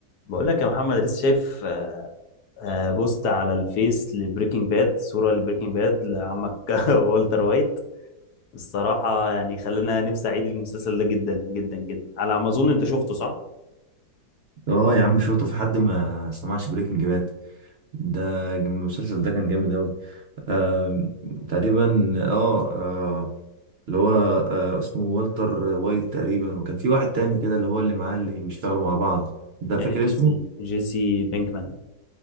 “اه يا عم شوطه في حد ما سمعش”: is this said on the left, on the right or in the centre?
Right